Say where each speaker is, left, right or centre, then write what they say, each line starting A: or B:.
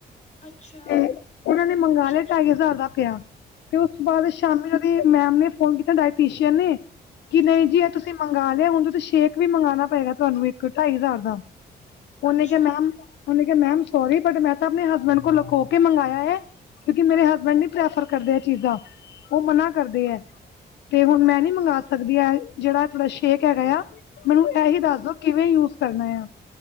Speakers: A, on the left; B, on the left.
A: ਅੱਛਾ,
B: ਤੇ ਉਹਨਾਂ ਨੇ ਮੰਗਾ
A: ਹੂੰ,
B: ਲਿਆ ਢਾਈ ਹਜ਼ਾਰ ਦਾ ਪਿਆ ਤੇ ਉਸ ਤੋਂ ਬਾਅਦ ਸ਼ਾਮੀ ਉਹਦੀ। ਮੈਮ ਨੇ ਫੋਨ ਕੀਤਾ ਡਾਇਟੀਸ਼ੀਅਨ ਨੇ ਕਿ ਨਹੀਂ।
A: ਜੀ,
B: ਜੀ ਇਹ ਤੁਸੀਂ ਮੰਗਾ ਲਿਆ ਹੁਨ ਤੁਸੀਂ ਸ਼ੇਕ ਵੀ ਮੰਗਾਨਾ ਪਏਗਾ ਤੁਹਾਨੂੰ ਇੱਕ ਢਾਈ ਹਜ਼ਾਰ ਦਾ। ਉਹਨੇ
A: ਅੱਛਾ,
B: ਕਿਹਾ ਮੈਮ ਉਹਨੇ ਕਿਹਾ ਮੈਮ ਸੋਰੀ ਬਟ ਮੈਂ ਤਾਂ ਅਪਨੇ ਹਸਬੈਂਡ ਕੋ ਲਕੋ ਕੇ ਮੰਗਾਇਆ ਹੈ। ਕਿਉਂਕਿ ਮੇਰੇ ਹਸਬੈਂਡ ਨੀ ਪ੍ਰੈਫਰ ਕਰਦੇ ਇਹ ਚੀਜ਼ਾਂ ਉਹ ਮਨਾ ਕਰਦੇ ਹੈ। ਤੇ ਹੁਣ ਮੈਂ ਨੀ ਮੰਗਾ ਸਕਦੀ ਇਹ ਜਿਹੜਾ ਤੁਹਾੜਾ ਸ਼ੇਕ ਹੈਗਾ ਆ ਮੈਨੂੰ
A: ਜੀ,
B: ਇਹੀ ਦੱਸ ਦੋ। ਕਿਵੇਂ ਯੂਜ ਕਰਨਾ ਹੈ।